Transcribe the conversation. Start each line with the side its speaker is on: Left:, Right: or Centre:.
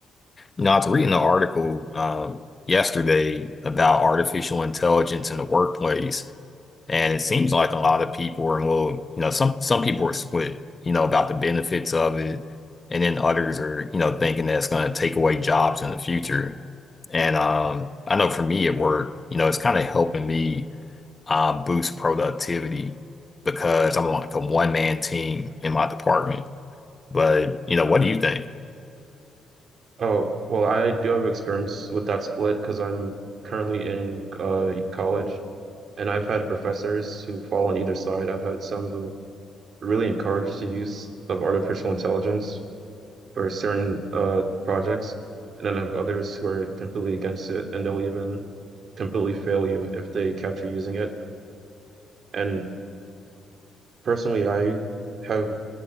Left: No, I was reading an article um, yesterday about artificial intelligence in the workplace, and it seems like a lot of people are a little, you know, some some people are split, you know, about the benefits of it, and then others are, you know, thinking that it's going to take away jobs in the future. And um, I know for me at work, you know, it's kind of helping me um, boost productivity because I'm like a one man team in my department. But you know, what do you think?
Right: Oh, well, I do have experience with that split because I'm currently in uh, college, and I've had professors who fall on either side. I've had some who really encourage the use of artificial intelligence for certain uh, projects, and then I have others who are completely against it, and they'll even completely fail you if they catch you using it. And personally, I have